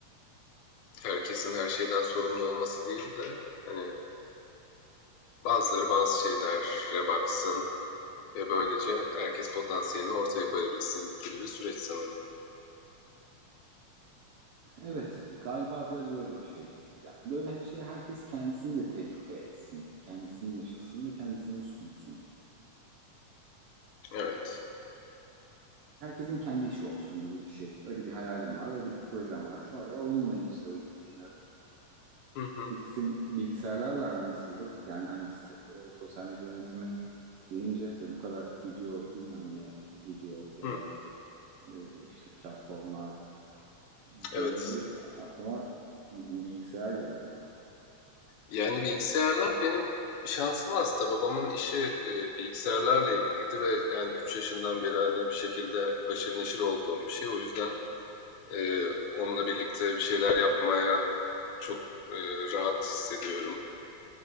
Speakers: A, on the left; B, on the right.
A: Herkesin her şeyden sorumlu olması değil de hani bazıları bazı şeylere baksın ve böylece herkes potansiyelini ortaya koyabilsin gibi bir süreç sanırım.
B: Evet, galiba biraz öyle bir şey. Yani böyle şey herkes kendisini de tecrübe etsin. Kendisini yaşasın ve kendisini sunsun.
A: Evet.
B: Herkesin kendi işi olsun gibi bir şey. Öyle bir hayalim var, öyle bir projem var. Şu ara onunla işte o ilgileniyorum.
A: Hı hı.
B: Peki senin bilgisayarlarla aran nasıldır? Yani hani e, sosyal medya yönetimi deyince ve bu kadar video bilmem ne video ya
A: Hı.
B: da e, işte platformlar deyince
A: Evet.
B: aklıma bilgisayar geldi.
A: Yani bilgisayarlar benim şansım aslında. Babamın işi e, bilgisayarlarla ilgiliydi ve yani 3 yaşından beri hani bir şekilde haşır neşir olduğum bir şey. O yüzden e, onunla birlikte bir şeyler yapmaya çok e, rahat hissediyorum